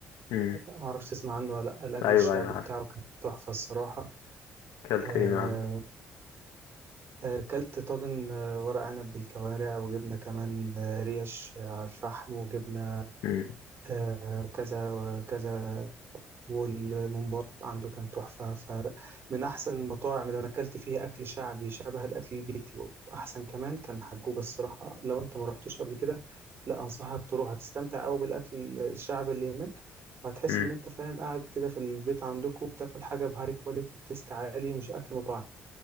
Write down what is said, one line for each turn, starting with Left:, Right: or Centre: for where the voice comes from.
Left: امم
Right: ما اعرفش تسمع عنه ولا لا الاكل
Left: ايوه
Right: الشعبي
Left: ايوه عارف
Right: بتاعه كان تحفه الصراحه
Left: اكلت
Right: آه،
Left: ايه من عنده
Right: آه، اكلت طاجن آه، ورق عنب بالكوارع وجبنه كمان آه، ريش آه، على الفحم وجبنه
Left: امم
Right: آه، كذا وكذا والممبار عنده كان تحفة فمن أحسن المطاعم اللي أنا أكلت فيها أكل شعبي شبه الأكل البيتي وأحسن كمان كان حجوج الصراحة لو أنت ما رحتوش قبل كده لا أنصحك تروح هتستمتع أوي بالأكل الشعبي اللي هناك وهتحس
Left: امم
Right: إن أنت فاهم قاعد كده في البيت عندكم بتاكل حاجة بهاي كواليتي بتست عالي مش أكل مطاعم